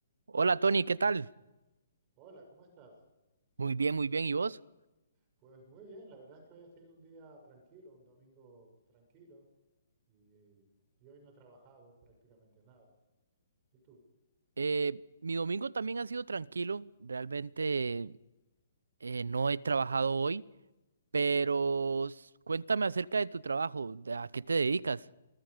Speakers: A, on the right; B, on the right.
A: Hola Tony, ¿qué tal?
B: Hola, ¿cómo estás?
A: Muy bien, muy bien. ¿Y vos?
B: Pues muy bien, la verdad es que hoy ha sido un día tranquilo, un domingo tranquilo y, y hoy no he trabajado prácticamente nada. ¿Y tú?
A: Eh, mi domingo también ha sido tranquilo. Realmente eh, no he trabajado hoy, pero s- cuéntame acerca de tu trabajo, de a qué te dedicas.